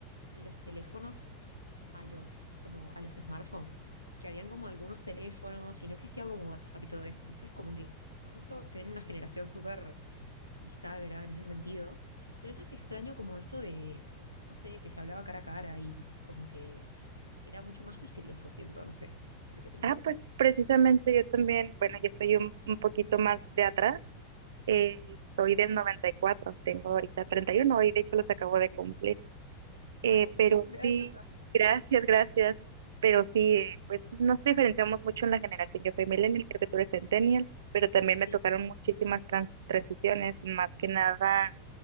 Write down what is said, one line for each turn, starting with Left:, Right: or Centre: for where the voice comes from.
Left: los teléfonos a los, como a los smartphones, que habían como algunos teléfonos y no existía como WhatsApp y todo eso, entonces como que justo quedé en una generación súper bisagra en ese sentido, pero eso es extraño como esto de no sé, que se hablaba cara a cara y como que era mucho más misterioso, siento, no sé. No sé qué opinas.
Right: Ah, pues precisamente yo también, bueno, yo soy un, un poquito más de atrás, eh, soy del 94, tengo ahorita 31 y uno, hoy de hecho los acabo de cumplir. Eh,
Left: ¡Ay,
Right: pero
Left: feliz cumpleaños,
Right: sí,
Left: amo!
Right: gracias, gracias. Pero sí, eh, pues nos diferenciamos mucho en la generación. Yo soy millennial, creo que tú eres centennial, pero también me
Left: Sí.
Right: tocaron muchísimas trans- transiciones, más que nada